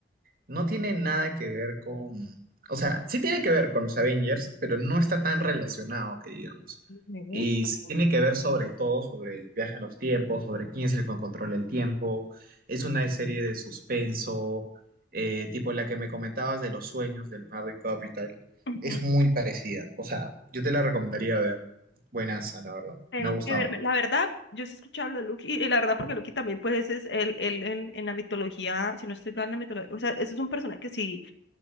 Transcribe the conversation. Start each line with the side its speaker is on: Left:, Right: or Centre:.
Right: no tiene nada que ver con, o sea, sí tiene que ver con los Avengers, pero no está tan relacionado, que digamos.
Left: Me gusta,
Right: Y sí
Left: me gusta.
Right: tiene que ver sobre todo sobre el viaje en los tiempos, sobre quién es el que controla el tiempo. Es una serie de suspenso, eh, tipo la que me comentabas de los sueños de Leonardo DiCaprio y tal.
Left: Ujú.
Right: Es muy parecida, o sea, yo te la recomendaría ver. Buenaza, la verdad.
Left: Tengo
Right: Me ha gustado.
Left: que verme, la verdad, yo sí he escuchado lo de Loki, y, y la verdad porque Loki también pues es el, el, el- en la mitología, si no estoy mal en la mitología, o sea, eso es un personaje que sí,